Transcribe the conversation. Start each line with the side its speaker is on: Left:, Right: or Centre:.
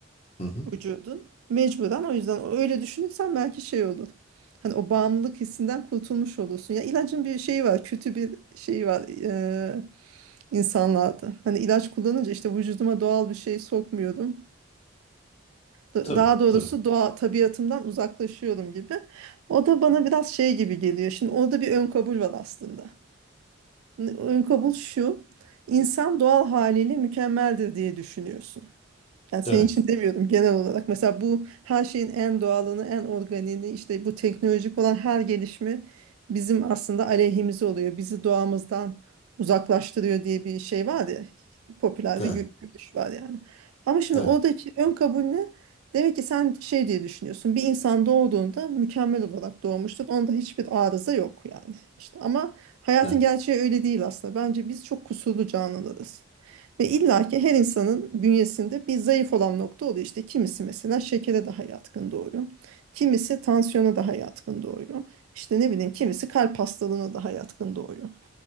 Left: Hı hı.
Right: vücudun. Mecburen o yüzden öyle düşünürsen belki şey olur. Hani o bağımlılık hissinden kurtulmuş olursun. Ya ilacın bir şeyi var, kötü bir şeyi var eee, insanlarda. Hani ilaç kullanınca işte vücuduma doğal bir şey sokmuyorum. Da-
Left: Tabii,
Right: Daha doğrusu
Left: tabii.
Right: doğa tabiatımdan uzaklaşıyorum gibi. O da bana biraz şey gibi geliyor. Şimdi orada bir ön kabul var aslında. N- Ön kabul şu. insan doğal haliyle mükemmeldir diye düşünüyorsun. Yani senin
Left: Evet,
Right: için demiyordum genel olarak. Mesela bu her şeyin en doğalını, en organiğini, işte bu teknolojik olan her gelişme bizim aslında aleyhimize oluyor. Bizi doğamızdan uzaklaştırıyor diye bir şey var ya. Popüler
Left: evet,
Right: bir gö- görüş var yani. Ama şimdi
Left: evet,
Right: oradaki ön kabul ne? Demek ki sen şey diye düşünüyorsun. Bir insan doğduğunda mükemmel olarak doğmuştur. Onda hiçbir arıza yok yani. İşte ama hayatın
Left: evet.
Right: gerçeği öyle değil aslında. Bence biz çok kusurlu canlılarız. Ve illaki her insanın bünyesinde bir zayıf olan nokta oluyor. İşte kimisi mesela şekere daha yatkın doğuyor. Kimisi tansiyona daha yatkın doğuyor. İşte ne bileyim kimisi kalp hastalığına daha yatkın doğuyor.